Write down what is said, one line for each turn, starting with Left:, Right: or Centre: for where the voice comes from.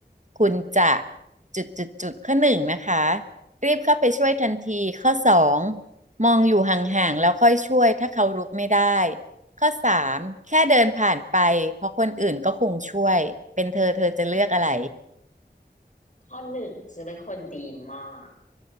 Right: คุณจะจุดจุดจุดข้อหนึ่งนะคะรีบเข้าไปช่วยทันทีข้อสองมองอยู่ห่างๆแล้วค่อยช่วยถ้าเขารุกไม่ได้ข้อสามแค่เดินผ่านไปเพราะคนอื่นก็คงช่วยเป็นเธอเธอจะเลือกอะไร
Left: ข้อหนึ่งฉันเป็นคนดีมาก